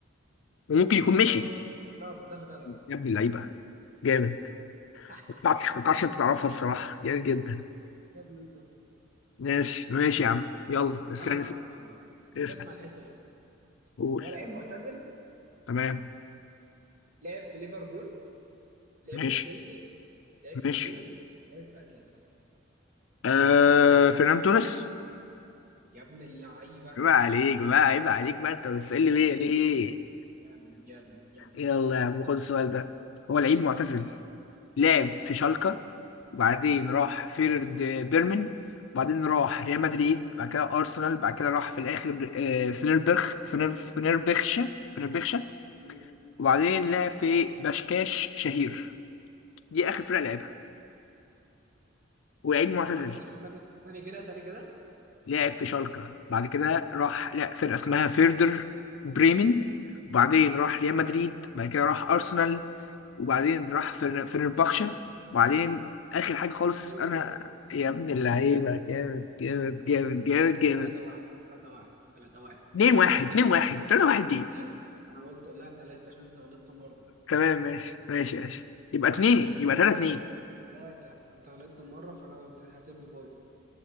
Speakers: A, on the left (about 70°); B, on the right (about 40°).
A: وممكن يكون
B: ألابا
A: مشي
B: ألابا دافيد ألابا
A: يا ابن اللعيبه جامد
B: أب- <laughs>
A: ما توقعتش
B: كده
A: ما توقعتش
B: 2-0
A: انت تعرفها الصراحه جامد جدا
B: كده 2-0
A: ماشي ماشي يا عم يلا استنى
B: أنا اللي
A: اسال
B: عليا الدور بقى
A: اسأل.
B: اسمع الحتة دي
A: قول
B: هو لعيب معتزل
A: تمام
B: آه، لعب في ليفربول لعب
A: ماشي
B: في تشيلسي لعب
A: ماشي
B: في ميلان لعب في أتلتيكو
A: آه فرنان توريس
B: يا ابن اللعيبة
A: عيب عليك بقى عيب عليك بقى انت بتسألني
B: جامد جامد
A: ليه ليه
B: جامد جامد جامد جامد
A: يلا يا عم خد السؤال ده هو لعيب معتزل
B: مم.
A: لعب في شالكة وبعدين
B: مم.
A: راح فيرد بيرمن وبعدين راح ريال مدريد بعد كده أرسنال بعد كده راح في الآخر آه، فنربخ فنر فنربخشة فنربخشة
B: مم.
A: وبعدين لعب في بشكاش شهير دي آخر فرقة لعبها ولعيب معتزل
B: معلش تاني تاني كده تاني كده
A: لعب في شالكة بعد كده راح لا فرقة اسمها فيردر بريمن وبعدين راح ريال مدريد بعد كده راح أرسنال وبعدين راح فن- فنربخشة وبعدين آخر حاجة خالص
B: زيرو
A: أنا
B: زيرو
A: يا
B: زيرو
A: ابن اللعيبة
B: بس برضه زيرو
A: جامد جامد جامد جامد
B: كده
A: جامد
B: 3 1 3 1 3 1
A: اتنين واحد
B: يلا
A: اتنين واحد تلاتة واحد دي
B: 3 انا قلت لا 3 عشان انت غلطت مرة
A: تمام ماشي ماشي ماشي يبقى اتنين يبقى تلاتة اتنين
B: 3 انت غلطت مرة فانا بتتحسب لي بوينت